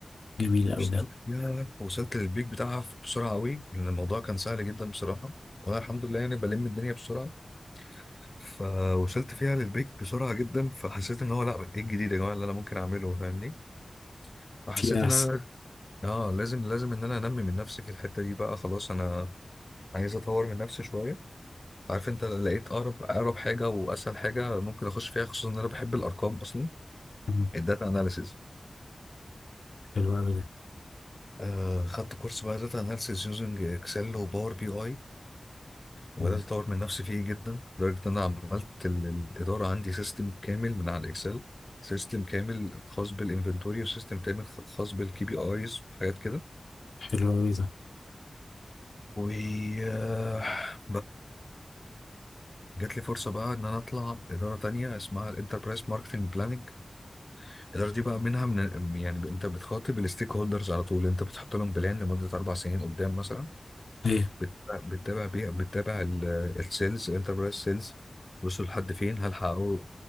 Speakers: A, on the left (about 85°); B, on the left (about 35°).
A: جميل اوي
B: اشتغلت
A: ده
B: فيها وصلت للبيك بتاعها ف- بسرعه قوي لان الموضوع كان سهل جدا بصراحه وانا الحمد لله يعني بلم الدنيا بسرعه فوصلت فيها للبيك بسرعه جدا فحسيت ان هو لا ايه الجديد يا جماعه اللي انا ممكن اعمله فاهمني فحسيت
A: في احسن
B: ان انا اه لازم لازم ان انا انمي من نفسي في الحته دي بقى خلاص انا عايز اطور من نفسي شويه عارف انت لقيت اقرب اقرب حاجه واسهل حاجه ممكن اخش فيها خصوصا ان انا بحب الارقام اصلا
A: مهم.
B: الداتا اناليسز
A: حلو اوي ده
B: آه خدت كورس بقى داتا اناليسيس يوزنج اكسل وباور بي اي وبدات
A: مهم.
B: اطور من نفسي فيه جدا لدرجه ان انا عملت ال- الاداره عندي سيستم كامل من على الاكسل سيستم كامل خاص بالانفنتوري وسيستم كامل خاص بالكي بي ايز وحاجات كده
A: حلو اوي ده
B: وبعديها جات لي فرصة بقى إن أنا أطلع إدارة تانية اسمها الانتربرايز ماركتنج بلاننج الإدارة دي بقى منها من يعني أنت بتخاطب الستيك هولدرز على طول أنت بتحط لهم بلان لمدة أربع سنين قدام مثلا
A: ايه
B: بتتابع بتتابع بيها بتتابع السيلز الانتربرايز سيلز وصلوا لحد فين هل حققوا